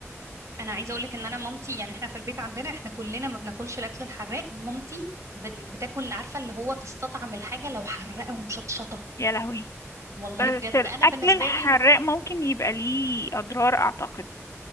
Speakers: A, on the right; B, on the left.
A: انا عايزه اقول لك ان انا مامتي يعني احنا في البيت عندنا احنا كلنا ما بناكلش الاكل الحراق مامتي بت- بتاكل عارفه اللي هو تستطعم الحاجه لو حراقه ومشطشطه
B: يا لهوي
A: والله
B: بس
A: بجد
B: الأكل
A: انا بالنسبه
B: الحراق
A: لي لا-
B: ممكن يبقى ليه أضرار أعتقد